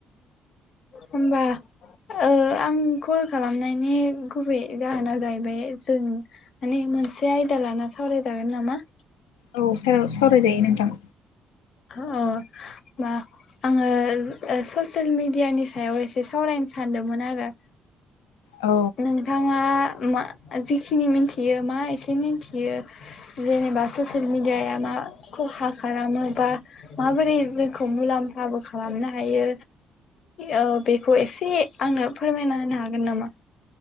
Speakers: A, on the left; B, on the left.
A: होमबा ओ-आं कल खालामनायनि गुबै जाहोना जाहैबाय जों माने मोनसे आयदा लाना सावरायजागोन नामा।
B: औ औ सावरायजायो नोंथां।
A: ह-ओ आङो ससियेल मिेडियानि सायाव एसे सावरायनो सानदोमोन आरो।
B: औ
A: नोंथाङा। मा जिखिनि मिथियो मा एसे मिथियो जेनेबा ससियेल मिेडियाया मा खहा खालामो? बा माबोरै जोंखौ मुलाम्फाबो खालामनो हायो? औ बेखौ एसे आंनो फोरमायना होनो हागोन नामा?